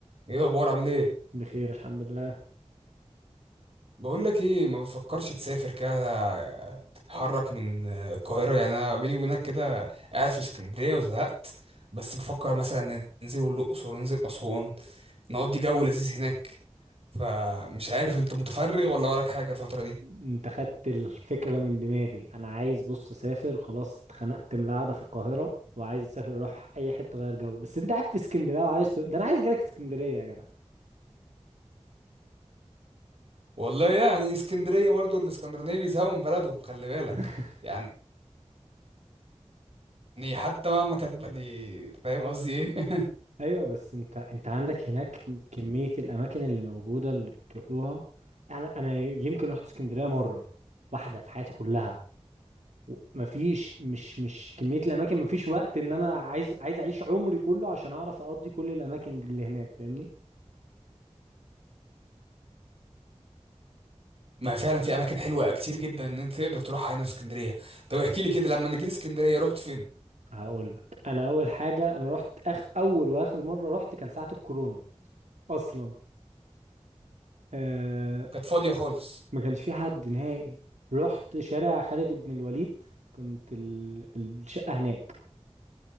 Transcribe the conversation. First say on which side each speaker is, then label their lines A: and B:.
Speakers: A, on the right; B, on the right.
A: ايه الاخبار عامل ايه
B: بخير الحمد لله
A: بقول لك ايه ما بتفكرش تسافر كده تتحرك من القاهره يعني انا بيني وبينك كده قاعد في اسكندريه وزهقت بس بفكر مثلا ننزل الاقصر وننزل اسوان نقضي جو لذيذ هناك فمش عارف انت متفرغ ولا وراك حاجه الفتره دي
B: انت خدت الفكرة من دماغي انا عايز بص اسافر خلاص اتخنقت من القعدة في القاهرة وعايز اسافر اروح اي حتة غير جو بس انت قاعد في اسكندرية وعايز ت... ده انا عايز اجيلك اسكندرية يا جدع
A: والله يعني اسكندريه برضو الاسكندرانيه بيزهقوا من بلدهم خلي بالك
B: <laughs>
A: يعني حتى مهما كانت بلدي فاهم قصدي ايه <laughs>
B: ايوه بس انت انت عندك هناك كمية الاماكن اللي موجودة اللي بتروحوها انا انا يمكن رحت اسكندرية مرة واحدة في حياتي كلها و- مفيش مش مش كمية الاماكن مفيش وقت ان انا عايز عايز اعيش عمري كله عشان اعرف اقضي كل الاماكن اللي هناك فاهمني
A: ما فعلا في اماكن حلوه كتير جدا ان انت تقدر تروحها هنا في اسكندريه طب احكي لي كده لما انا جيت اسكندريه رحت فين
B: هقول لك انا اول حاجه انا رحت أخ... اول واخر مره رحت كان ساعه الكورونا اصلا آه...
A: كانت فاضيه خالص
B: ما كانش في حد نهائي رحت شارع خالد بن الوليد كنت ال... الشقه هناك